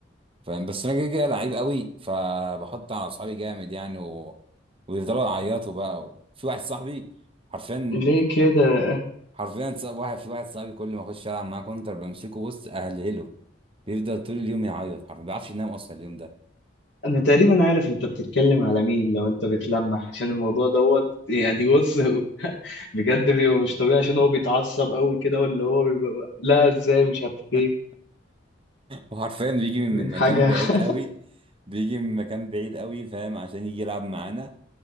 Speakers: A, on the right (about 30°); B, on the left (about 65°).
A: فاهم بس انا كده كده لعيب قوي فبحط على اصحابي جامد يعني و... ويفضلوا يعيطوا بقى وفي واحد صاحبي حرفيا
B: ليه كده
A: حرفيا صاحب واحد في واحد صاحبي كل ما اخش العب معاه كونتر بمسكه بص اهلهله بيفضل طول اليوم يعيط حرفيا ما بيعرفش ينام اصلا اليوم ده
B: انا تقريبا عارف انت بتتكلم على مين لو انت بتلمح عشان الموضوع دوت يعني بص <laughs> بجد بيبقى مش طبيعي عشان هو بيتعصب قوي كده واللي هو بيبقى لا ازاي مش عارف ايه
A: <laughs> وحرفيا بيجي من من مكان
B: حاجة
A: بعيد
B: <laughs>
A: قوي بيجي من مكان بعيد قوي فاهم عشان يجي يلعب معانا